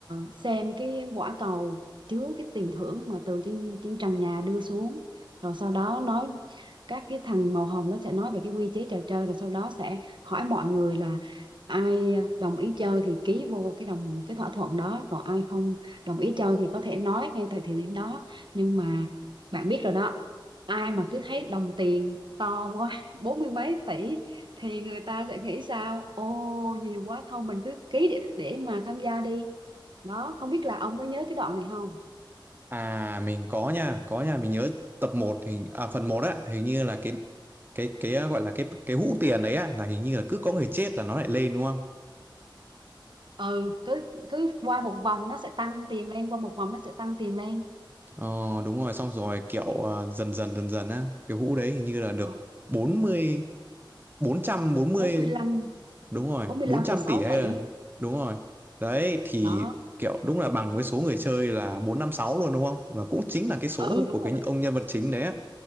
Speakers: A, on the right (about 70°); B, on the right (about 25°).
A: xem cái quả cầu chứa cái tiền thưởng mà từ trên trên trần nhà đưa xuống rồi sau đó nói các cái thằng màu hồng nó sẽ nói về cái quy chế trò chơi rồi sau đó sẽ hỏi mọi người là ai đồng ý chơi thì ký vô cái đồng cái thỏa thuận đó còn ai không đồng ý chơi thì có thể nói ngay tại thời điểm đó nhưng mà bạn biết rồi đó ai mà cứ thấy đồng tiền to quá bốn mươi mấy tỷ thì người ta sẽ nghĩ sao ô nhiều quá thôi mình cứ ký để để mà tham gia đi đó không biết là ông có nhớ cái đoạn này không
B: À mình có nha, có nha, mình nhớ tập một hình à phần một á, hình như là cái cái cái à, gọi là cái cái hũ tiền đấy á là hình như là cứ có người chết là nó lại lên đúng không?
A: ừ cứ cứ qua một vòng nó sẽ tăng tiền lên qua một vòng nó sẽ tăng tiền lên
B: Ờ đúng rồi, xong rồi kiểu à, dần dần dần dần á, cái hũ đấy hình như là được
A: ừ,
B: bốn bốn mươi bốn trăm bốn mươi
A: 45
B: đúng rồi,
A: 45,6
B: 400 tỷ hay
A: tỷ
B: là đúng rồi. Đấy thì
A: đó
B: kiểu đúng là bằng với số người chơi là 456 luôn đúng không? Và cũng chính là cái số
A: ừ đúng
B: của
A: rồi
B: cái
A: đó
B: ông nhân vật chính đấy á.